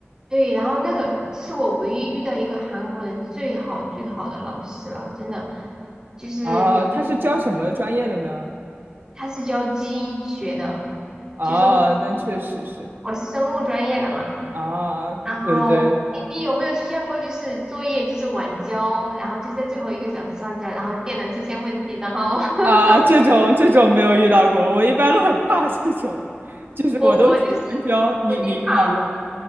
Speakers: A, on the right; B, on the right.
A: 对，然后那个，这是我唯一遇到一个韩国人最好最好的老师了，真的，就是比
B: 啊，他是教什么专业的呢？
A: 他是教基因学的，
B: 啊，
A: 就是我嗯
B: 那确实是。
A: 我是生物专业的嘛，
B: 啊，
A: 然后你你有没有出现过就是作业就是晚交，
B: 对对。
A: 然后就在最后一个小时上交，然后电脑出现问题，然后 <laughs>
B: 啊，
A: 上次
B: 这种这种没有遇到过，我一般都很怕这种，就是我都提前交，
A: 我我就是
B: 你你遇到过吗
A: 我经常